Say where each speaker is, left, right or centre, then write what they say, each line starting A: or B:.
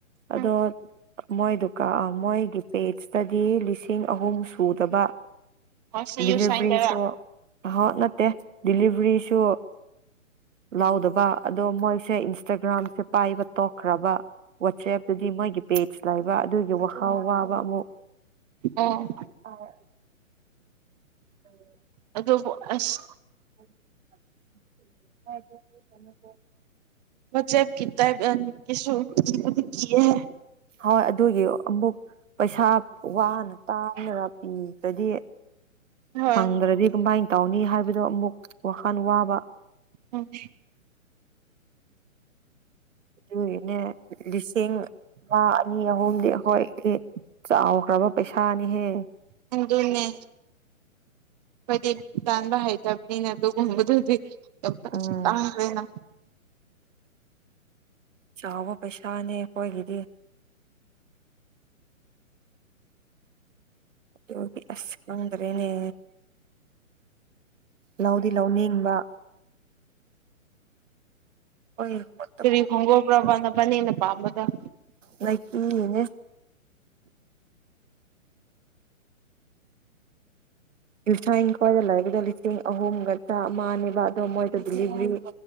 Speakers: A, on the right (about 65°); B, on the right (about 30°).
A: ꯑꯗꯣ
B: ꯎꯝ
A: ꯃꯣꯏꯗꯨꯀꯥꯟ ꯑꯥ ꯃꯣꯏꯒꯤ ꯄꯦꯁꯇꯗꯤ ꯂꯤꯁꯤꯡ ꯑꯍꯨꯝ ꯁꯨꯗꯕ
B: ꯍꯣꯏ ꯁꯤ
A: ꯗꯦꯂꯤꯚꯔꯤꯁꯨ
B: ꯌꯨ ꯁꯥꯏꯟꯗꯔ
A: ꯑ ꯅꯠꯇꯦ ꯗꯦꯂꯤꯚꯔꯤꯁꯨ ꯂꯥꯎꯗꯕ ꯑꯗꯣ ꯃꯣꯏꯁꯦ ꯏꯟꯁꯇꯒ꯭ꯔꯥꯝꯁꯦ ꯄꯥꯏꯕ ꯇꯣꯛꯈ꯭ꯔꯕ ꯋꯥꯆꯦꯞꯇꯗꯤ ꯃꯣꯏꯒꯤ ꯄꯦꯖ ꯂꯩꯕ ꯑꯗꯨꯒꯤ ꯋꯥꯈꯜ ꯋꯥꯕ ꯑꯃꯨꯛ
B: ꯑꯣ
A: ꯑꯥꯏꯌꯦ ꯎꯝ꯫
B: ꯑꯗꯨꯕꯨ ꯑꯁ
A: <unintelligible> <unintelligible>
B: ꯋꯥꯆꯦꯞꯀꯤ <unintelligible> ꯀꯤꯕꯨꯗꯤ ꯀꯤꯌꯦ
A: ꯍꯣꯏ ꯑꯗꯨꯒꯤ ꯑꯃꯨꯛ ꯄꯩꯁꯥ ꯋꯥꯅ ꯇꯥꯅ ꯄꯤꯒꯗꯤ
B: ꯍꯣꯏ
A: ꯐꯪꯗ꯭ꯔꯗꯤ ꯀꯃꯥꯏ ꯇꯧꯅꯤ ꯍꯥꯏꯕꯗꯣ ꯑꯃꯨꯛ ꯋꯥꯈꯜ ꯋꯥꯕ
B: ꯎꯝ꯫
A: ꯑꯗꯨꯒꯤꯅꯦ ꯂꯤꯁꯤꯡ ꯑꯃꯥ ꯑꯅꯤ ꯑꯍꯨꯝꯗꯤ ꯑꯩꯈꯣꯏꯗꯤ ꯆꯥꯎꯈ꯭ꯔꯕ ꯄꯩꯁꯥꯅꯤꯍꯦ
B: ꯈꯪꯗꯦꯅꯦ ꯑꯩꯈꫭꯏꯗꯤ ꯇꯟꯕ ꯍꯩꯇꯕꯅꯤꯅ ꯑꯗꯨꯒꯨꯝꯕꯗꯨꯗꯤ <unintelligible>
A: ꯎꯝ ꯆꯥꯎꯕ ꯄꯩꯁꯥꯅꯦ ꯑꯩꯈꯣꯏꯒꯤꯗꯤ ꯑꯗꯨꯒꯤ ꯑꯁ ꯈꯪꯗꯔꯦꯅꯦ ꯂꯧꯗꯤ ꯂꯧꯅꯤꯡꯕ ꯑꯣꯏꯌꯦ ꯀꫭꯠ
B: <unintelligible> ꯅꯕꯥꯅꯤꯅ ꯄꯥꯝꯕꯗꫭ
A: ꯅꯥꯠꯀꯤꯒꯤꯅꯦ ꯌꯨꯁꯥꯡꯈꯣꯏꯗ ꯂꯩꯕꯗ ꯂꯤꯁꯤꯡ ꯑꯍꯨꯝꯒ ꯆꯥꯝꯃꯅꯦꯕ ꯑꯗꯣ ꯃꯣꯏꯗ ꯗꯦꯂꯤꯚꯔꯤ